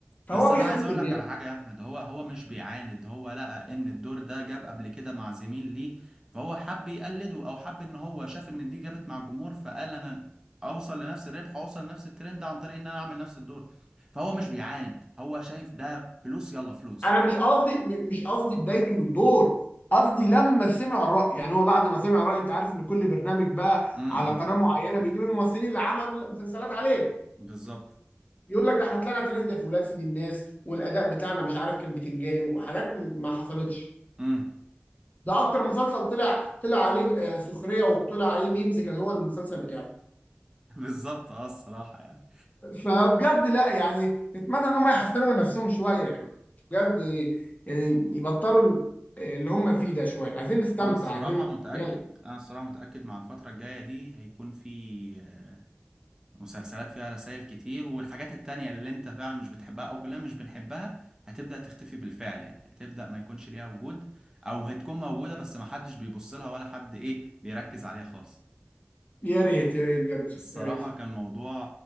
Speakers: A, on the left (about 40°); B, on the right (about 15°).
A: فهو
B: بس
A: بيحد
B: انا عايز اقول
A: الناس
B: لك على حاجه يا احمد هو هو مش بيعاند هو لقى ان الدور ده جاب قبل كده مع زميل ليه فهو حب يقلده او حب ان هو شاف ان دي جابت مع الجمهور فقال انا اوصل لنفس الربح اوصل لنفس الترند عن طريق ان انا اعمل نفس الدور فهو مش بيعاند هو شايف ده فلوس يلا فلوس
A: انا مش قصدي م- مش قصدي بدايته للدور قصدي لما سمع الراي يعني هو بعد ما سمع الراي انت عارف ان كل برنامج بقى
B: امم
A: على
B: امم.
A: قناه معينه بيجيب الممثلين اللي عمل مسلسلات عليه
B: بالظبط
A: يقول لك ده احنا طلعنا ترند في ولاد سيد الناس والاداء بتاعنا مش عارف كان بتنجاني وحاجات ما حصلتش
B: امم
A: ده اكتر مسلسل طلع طلع عليه آه، سخريه وطلع عليه ميمز كان هو المسلسل بتاعه
B: <laughs> بالظبط اه الصراحه يعني
A: فبجد لا يعني نتمنى ان هم يحسنوا من نفسهم شويه يعني بجد يعني يبطلوا اللي هم فيه ده شويه عايزين نستمتع
B: انا الصراحه
A: عايزين
B: متاكد
A: يعني
B: انا الصراحه متاكد مع الفتره الجايه دي هيكون في آه، مسلسلات فيها رسائل كتير والحاجات التانية اللي انت فعلا مش بتحبها او كلنا مش بنحبها هتبدا تختفي بالفعل يعني هتبدا ما يكونش ليها وجود او هتكون موجوده بس ما حدش بيبص لها ولا حد ايه بيركز عليها خالص
A: يا ريت يا ريت بجد
B: الصراحه
A: يا ريت
B: كان موضوع